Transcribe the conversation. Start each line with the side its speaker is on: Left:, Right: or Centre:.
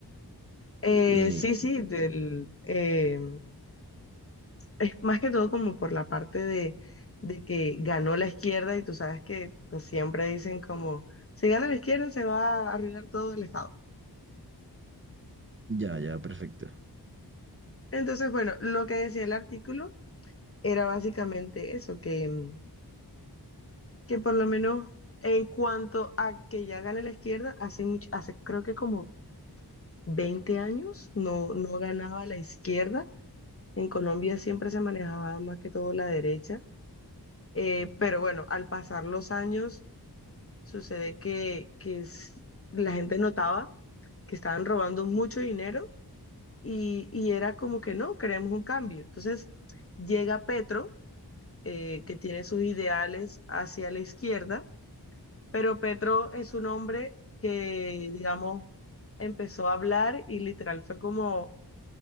Left: Eh,
Right: Eh,
Left: sí, sí, del, eh, es más que todo como por la parte de, de que ganó la izquierda y tú sabes que pues, siempre dicen como, si gana la izquierda se va a arruinar todo el Estado.
Right: Ya, ya, perfecto.
Left: Entonces, bueno, lo que decía el artículo era básicamente eso, que, mm, que por lo menos en cuanto a que ya gana la izquierda, hace mucho, hace creo que como 20 años no, no ganaba la izquierda. En Colombia siempre se manejaba más que todo la derecha. Eh, pero bueno, al pasar los años, sucede que, que s- la gente notaba que estaban robando mucho dinero y, y era como que no, queremos un cambio. Entonces llega Petro, eh, que tiene sus ideales hacia la izquierda, pero Petro es un hombre que, digamos, empezó a hablar y literal fue como